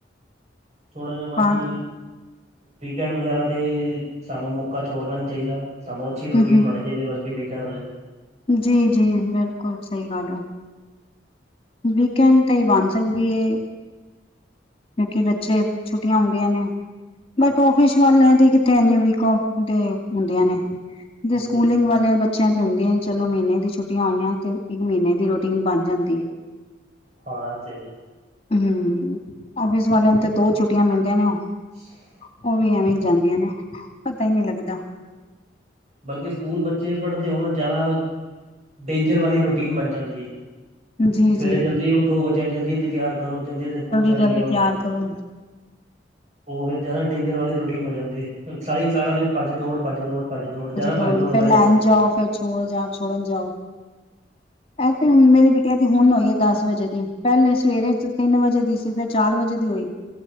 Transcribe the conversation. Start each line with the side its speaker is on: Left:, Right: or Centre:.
Right: ਥੋੜਾ ਜਾ ਬਾਕੀ,
Left: ਹਾਂ
Right: ਵੀਕੈਂਡ ਵਗੈਰਾ ਤੇ ਸਾਨੂੰ ਮੌਕਾ ਛੋੜਨਾ ਨੀ ਚਾਈਦਾ। ਸਾਨੂੰ ਅੱਛੀ
Left: ਹਮ
Right: ਰੁਟੀਨ ਬਨਾਣੀ ਚਾਈਦੀ ਏ, ਬਲਕਿ ਵੀਕੈਂਡ ਤੇ।
Left: ਜੀ-ਜੀ, ਬਿਲਕੁਲ ਸਈ ਗੱਲ ਐ। ਵੀਕੈਂਡ ਤੇ ਈ ਬਣ ਸਕਦੀ ਏ। ਕਿਉਂਕਿ ਬੱਚੇ ਛੁੱਟੀਆਂ ਹੁੰਦੀਆਂ ਨੇ। ਮੈਂ ਕਿਹਾ ਔਫਿਸ ਵਾਲਿਆਂ ਦੀ ਕਿੱਥੇ ਹੁੰਦੀ ਨੇ, ਵੀਕ ਔਫ ਤੇ ਹੁੰਦੀਆਂ ਨੇ, ਤੇ
Right: ਬਿਲਕੁਲ
Left: ਸਕੂਲਿੰਗ ਵਾਲਿਆਂ ਬੱ ਬੱਚਿਆ ਦੀ ਹੁੰਦੀਆਂ, ਚਲੋ ਮੀਨੇ ਦੀ ਛੁੱਟੀਆਂ ਹੋਈਆਂ ਤੇ ਇੱਕ ਮੀਨੇ ਦੀ ਰੁਟੀਨ ਬਨ ਜਾਂਦੀ ਏ
Right: <unintelligible>
Left: ਹਮ, ਆਫਿਸ ਵਾਲਿਆਂ ਨੂੰ ਤੇ ਦੋ ਛੁੱਟੀਆਂ ਮਿਲਦੀਆਂ ਨੇ ਉਹ
Right: <unintelligible>
Left: ਉਹ ਵੀ ਐਵੇਂ ਹੀ ਜਾਂਦੀਆਂ ਨੇ, ਪਤਾ ਹੀ ਨਹੀਂ ਲੱਗਦਾ
Right: ਬਲਕਿ ਸਕੂਲ ਬੱਚੇ ਪੜ੍ਹਦੇ ਹੋਣ ਜ਼ਿਆਦਾ, ਡੇਂਜਰ ਵਾਲੀ ਰੂਟੀਨ ਬਣ ਜਾਂਦੀ
Left: ਜੀ-ਜੀ
Right: ਸਵੇਰੇ ਜਲਦੀ ਉੱਠੋ, ਬੱਚਿਆਂ ਨੂੰ ਜਲਦੀ ਜਲਦੀ ਤਿਆਰ ਕਰੋ ਜਲਦੀ ਸਕੂਲ ਛੱਡ
Left: ਜਲਦੀ
Right: ਕੇ ਆਓ
Left: ਤਿਆਰ ਕਰੋ।
Right: ਉਹ ਫਿਰ ਜ਼ਿਆਦਾ ਡੇਂਜਰ ਵਾਲੀ ਰੂਟੀਨ ਹੋ ਜਾਂਦੀ, ਸਾਰੀ ਸਾਰਾ ਦਿਨ ਭੱਜ ਦੌੜ ਭੱਜ ਦੌੜ ਭੱਜ ਤੋੜ, ਜਿਆਦਾ
Left: ਦੌੜੀ
Right: ਭਜ ਦੋੜ ਵੱਦ
Left: ਫੇਰ ਲੈਣ
Right: ਜਾਂਦੀ
Left: ਜਾਓ
Right: ਹੈ
Left: ਫੇਰ ਛੋੜ ਜਾਣ ਛੋੜਨ ਜਾਓ ਇਹ ਤੇ ਮੇਰੀ ਬਿੱਟੀਆ ਤੇ ਹੁਣ ਆਈ ਹੈ ਦਸ ਵਜੇ ਦੀ, ਪਹਿਲੇ ਸਵੇਰੇ ਤਿੰਨ ਵਜੇ ਦੀ ਚਾਰ ਵਜੇ ਦੀ ਹੋਈ,